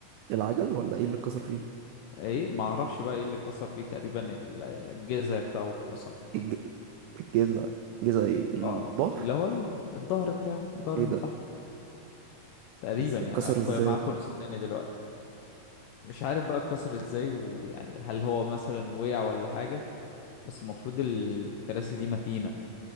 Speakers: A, on the right; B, on the left.
A: العجل ولا ايه اللي اتكسر فيه
B: ايه ما اعرفش بقى ايه اللي كسر فيه تقريبا الجذع بتاعه اتكسر
A: الج... الجذع جذع ايه الظهر
B: اه اللي هو ال- الظهر بتاعه الظهر
A: ايه
B: من
A: ده
B: تحت تقريبا
A: إز-
B: يعني
A: اتكسر
B: اخويا
A: ازاي
B: معاه كرسي تاني دلوقتي مش عارف بقى اتكسر ازاي ويعني هل هو مثلا وقع ولا حاجة بس المفروض الكراسي دي متينة